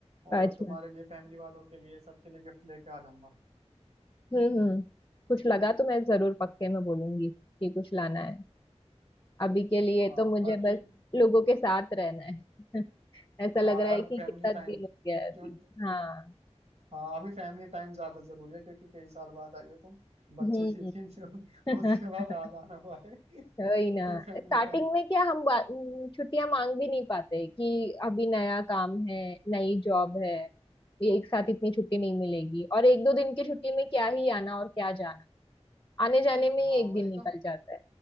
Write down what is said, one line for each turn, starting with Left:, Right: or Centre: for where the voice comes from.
Left: अच्छा
Right: और तुम्हारे लिए फैमिली वालों के लिए सबके लिए गिफ्ट लेके आ जाऊंगा
Left: हम्म हम्म कुछ लगा तो मैं जरूर पक्के में बोलूंगी कि कुछ लाना है अभी के लिए
Right: हाँ
Left: तो मुझे
Right: बाकी
Left: बस लोगों के साथ रहना है <laughs> ऐसा लग
Right: हाँ
Left: रहा
Right: यार
Left: है कि
Right: फैमिली
Left: कितना दिन
Right: टाइम
Left: हो गया है अभी
Right: क्यों
Left: हाँ
Right: हाँ अभी फैमिली टाइम ज्यादा जरूरी है क्योंकि कई साल बाद आई हो तुम बच्चे
Left: हम्म
Right: सी थी जो
Left: <laughs>
Right: उसके बाद आ जाना हुआ है <laughs>
Left: वही ना
Right: तो फैमिली
Left: स्टार्टिंग
Right: टाइम
Left: में क्या हम बा- छुट्टियां मांग भी नहीं पाते कि अभी नया काम है नई जॉब है ये एक साथ इतनी छुट्टी नहीं मिलेगी और एक दो दिन की छुट्टी में क्या ही आना और क्या जाना आने जाने में ही
Right: हाँ
Left: एक दिन
Right: वही
Left: निकल
Right: तो
Left: जाता है